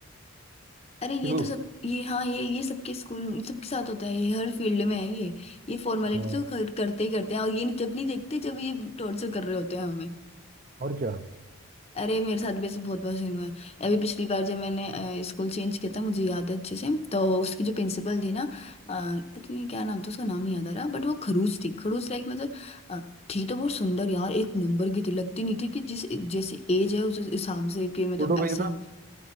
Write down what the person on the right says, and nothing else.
क्यों
हाँ
और क्या
फोटो
भेजना